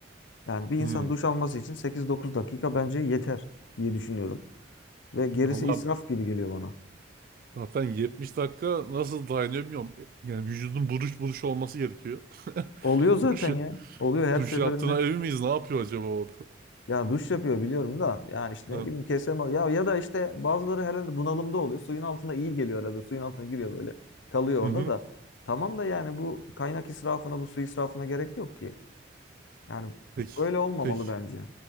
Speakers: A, on the left; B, on the right.
A: Yani bir insan
B: Hı.
A: duş alması için sekiz dokuz dakika bence yeter diye düşünüyorum. Ve gerisi
B: Valla
A: israf gibi geliyor bana.
B: zaten 70 dakika nasıl dayanıyor bilmiyorum. E, Yani vücudun buruş buruş olması gerekiyor. <laughs>
A: Oluyor zaten
B: Duş,
A: ya. Oluyor her
B: duş
A: seferinde.
B: yaptığına emin miyiz? Ne yapıyor acaba orada?
A: Ya duş yapıyor biliyorum da yani işte
B: Ha.
A: ne bileyim kesemez. Ya ya da işte bazıları herhalde bunalımda oluyor. Suyun altında iyi geliyor herhalde. Suyun altına giriyor böyle. Kalıyor
B: Hı
A: orada
B: hı.
A: da. Tamam da yani bu kaynak israfına, bu su israfına gerek yok ki. Yani
B: Peki.
A: böyle olmamalı
B: Peki.
A: bence.